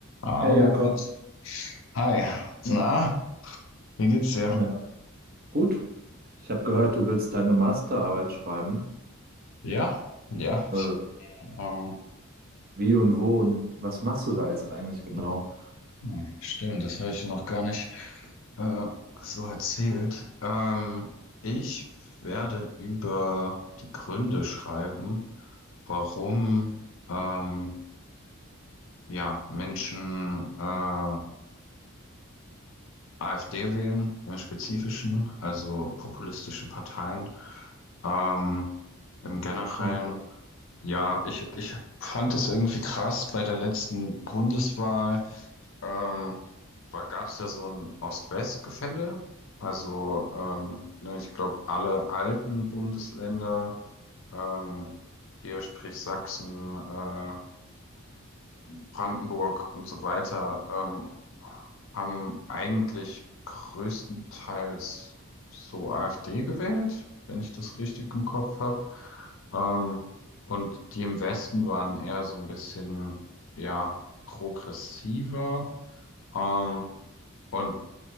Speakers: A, on the left (about 65°); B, on the right (about 45°).
A: Hallo,
B: Hey
A: Moritz.
B: Jakob,
A: Hi. Na, wie geht's dir?
B: na gut. Ich habe gehört, du willst deine Masterarbeit schreiben.
A: Ja, ja. Ich,
B: Äh,
A: ähm,
B: wie und wo und was machst du da jetzt eigentlich genau?
A: hm, stimmt, das habe ich dir noch gar nicht äh, so erzählt. Ähm, ich werde über die Gründe schreiben, warum ähm, ja, Menschen äh, AfD wählen, im Spezifischen, also populistische Parteien. Ähm, im Generellen
B: Hm,
A: Ja, ich, ich fand das irgendwie krass bei der letzten Bundeswahl. Ähm, gab es da so ein Ost-West-Gefälle? Also, ähm, ne, ich glaube, alle alten Bundesländer, ähm, hier sprich Sachsen, äh, Brandenburg und so weiter, ähm, haben eigentlich größtenteils so AfD gewählt, wenn ich das richtig im Kopf habe. Ähm, und die im Westen waren eher so ein bisschen, ja, progressiver. Ähm, und